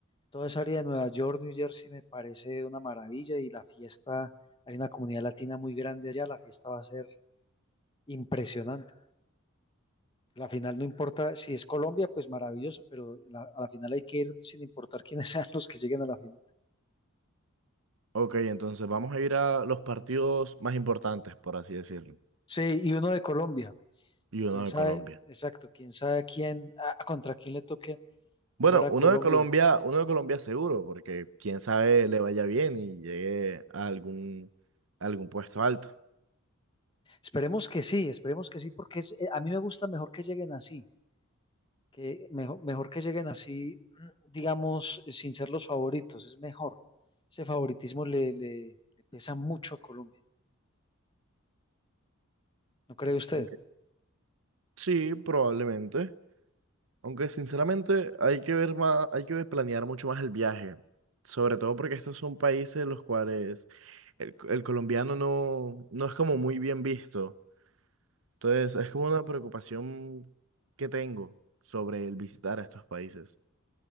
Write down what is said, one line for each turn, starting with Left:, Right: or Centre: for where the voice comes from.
Left: toda esa área de Nueva York, New Jersey me parece una maravilla y la fiesta, hay una comunidad latina muy grande allá, la fiesta va a ser impresionante. La final no importa, si es Colombia, pues maravilloso, pero la- a la final hay que ir sin importar quiénes <laughs> sean los que lleguen a la final.
Right: Ok, entonces vamos a ir a los partidos más importantes, por así decirlo,
Left: Sí, y uno de Colombia,
Right: y uno
Left: quién
Right: de
Left: sabe,
Right: Colombia.
Left: exacto, quién sabe a quién, a- contra quién le toque
Right: Bueno,
Left: jugar a
Right: uno
Left: Colombia.
Right: de Colombia, uno de Colombia seguro, porque quién sabe le vaya bien y llegue a algún, a algún puesto alto.
Left: Esperemos que sí, esperemos que sí, porque es- eh, a mí me gusta mejor que lleguen así que mejor, mejor que lleguen así, mm, digamos, eh, sin ser los favoritos, es mejor. Ese favoritismo le, le- le pesa mucho a Colombia, ¿no cree usted?
Right: Aunque- sí, probablemente. Aunque sinceramente hay que ver más, hay que planear mucho más el viaje. Sobre todo porque estos son países en los cuales el, el colombiano no, no es como muy bien visto. Entonces, es como una preocupación que tengo sobre el visitar estos países.